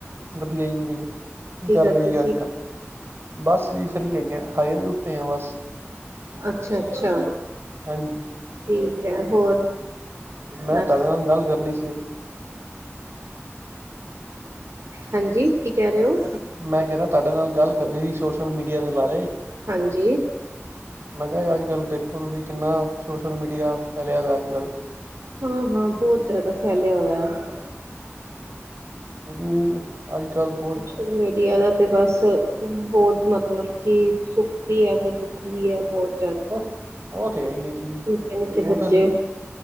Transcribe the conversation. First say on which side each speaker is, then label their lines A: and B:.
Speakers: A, on the right (about 55°); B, on the right (about 75°).
A: ਵਧੀਆ ਜੀ ਵਧੀਆ, ਕੀ ਕਰ
B: ਕਰਦੇ
A: ਰਹੇ ਹੋ ਜੀ
B: ਸੀ
A: ਅੱਜ-ਕੱਲ੍ਹ ਬਸ ਜੀ ਫਰੀ ਹੈਗੇ। ਆ ਬਸ
B: ਅੱਛਾ-ਅੱਛਾ,
A: ਹਾਂਜੀ
B: ਠੀਕ ਐ ਹੋਰ।
A: ਮੈਂ
B: ਨਾਸ਼ਤਾ
A: ਤਾਡੇ ਨਾਲ ਗੱਲ ਕਰਨੀ ਸੀ ਇੱਕ।
B: ਹਾਂਜੀ। ਕੀ ਕਹਿ ਰਹੇ ਹੋ?
A: ਮੈਂ ਕਹਿਣਾ ਤੁਹਾਡੇ ਨਾਲ ਗੱਲ ਕਰਨੀ ਸੀ ਸੋਸ਼ਲ ਮੀਡੀਆ ਦੇ ਬਾਰੇ।
B: ਹਾਂਜੀ
A: ਮੈਂ ਕਿਹਾ ਅੱਜ-ਕੱਲ੍ਹ ਦੇਖੋ ਤੁਸੀਂ ਕਿੰਨਾ ਸੋਸ਼ਲ ਮੀਡੀਆ ਫੈਲਿਆ ਦਾ ਅੱਜ-ਕੱਲ੍ਹ।
B: ਹਾਂ-ਹਾਂ, ਬਹੁਤ ਜ਼ਿਆਦਾ ਫੈਲਿਆ ਹੋਇਆ।
A: ਕਿਉਂਕਿ ਅੱਜ-ਕੱਲ੍ਹ ਬਹੁਤ
B: ਸੋਸ਼ਲ ਮੀਡੀਆ ਦਾ ਤਾਂ ਬੱਸ ਬੋਤ ਮਤਲੱਬ ਕਿ ਸੁੱਖ ਵੀ ਐ ਤੇ ਦੁੱਖ ਵੀ ਐ ਬੋਤ।
A: ਉਹ ਉਹ ਤੇ ਏ ਹੀ ਐ ਜੀ,
B: ਨਿੱਕੇ ਨਿੱਕੇ
A: ਉਹ
B: ਬੱਚੇ
A: ਤਾਂ ਜੀ